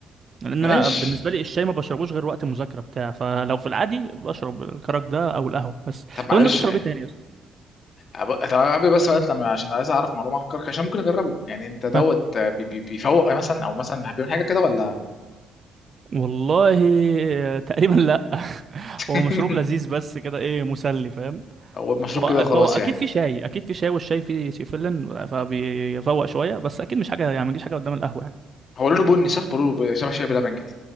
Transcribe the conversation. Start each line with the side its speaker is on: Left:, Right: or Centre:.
Right: لان
Left: ماشي
Right: انا بالنسبه لي الشاي ما بشربوش غير وقت المذاكره بتاع فلو في العادي بشرب الكرك ده او القهوه بس
Left: طب معلش
Right: طب انت بتشرب
Left: إيه.
Right: ايه تاني يا اسطى
Left: أب- طب قبل بس ما نطلع من- عشان عايز اعرف معلومه عن الكرك عشان ممكن اجربه يعني انت دوت
Right: ها
Left: آه، بي... بي... بيفوق مثلا او مثلا بيعمل حاجه كده ولا
Right: والله <laughs> آه، تقريبا لا <laughs>
Left: <laughs>
Right: هو مشروب لذيذ بس كده ايه مسلي فاهم
Left: هو مشروب
Right: هو
Left: كده وخلاص
Right: هو اكيد
Left: يعني
Right: في شاي اكيد في شاي والشاي فيه سيفلين فبيفوق شويه بس اكيد مش حاجه يعني ما تجيش حاجه قدام القهوه يعني.
Left: هو لونه بني صح بيقولوا شبه شاي بلبن كده